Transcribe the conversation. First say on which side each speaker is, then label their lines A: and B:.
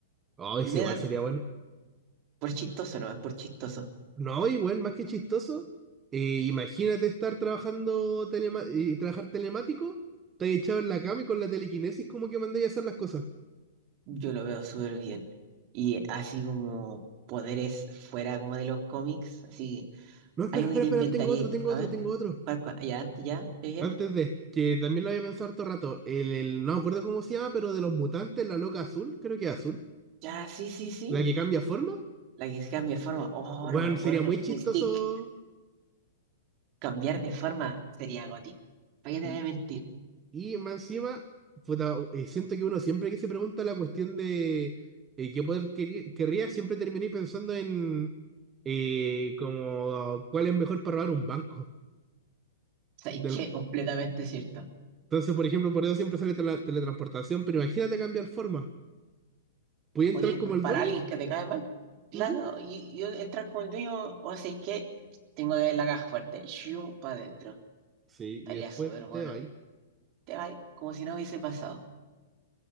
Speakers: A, on the right; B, on the right.
A: Ay,
B: Me
A: sí, igual
B: da,
A: sería bueno.
B: por chistoso no, es por chistoso.
A: No, igual, más que chistoso. eh, imagínate estar trabajando telema- y trabajar telemático, te echado en la cama y con la telequinesis como que mandáis a hacer las cosas.
B: Yo lo veo súper bien. Y así como poderes fuera como de los cómics, así,
A: No, espera,
B: algo
A: espera,
B: que te inventaría
A: espera, tengo otro,
B: y tú,
A: tengo
B: a
A: otro,
B: ver,
A: tengo otro.
B: ¿cuál, cuál? Ya, antes, ya, ya, ya,
A: Antes de, que también lo había pensado harto rato. El, el- no me acuerdo cómo se llama, pero de los mutantes, la loca azul, creo que es azul.
B: ya, sí, sí, sí.
A: La que cambia forma.
B: La que cambia de forma, oh,
A: Bueno,
B: no me acuerdo,
A: sería muy chistoso.
B: Mystique. Cambiar de forma sería Goti. ¿Para qué te
A: Y,
B: voy a mentir?
A: y más encima, puta, eh, siento que uno siempre que se pregunta la cuestión de eh, qué poder querí- querría, siempre terminé pensando en eh, como cuál es mejor para robar un banco.
B: ¿Sabes
A: Del,
B: qué? Completamente cierto.
A: entonces, por ejemplo, por eso siempre sale tele- teletransportación, pero imagínate cambiar forma. ¿Puede
B: Podía
A: entrar
B: inculpar
A: como el dueño?
B: a alguien que te cae mal. Claro,
A: Ujú.
B: y yo entrar como el dueño, o sea, que tengo que ver la caja fuerte. Shum para adentro.
A: Sí,
B: Estaría
A: y después
B: súper bueno.
A: te va ahí.
B: Te vas como si no hubiese pasado.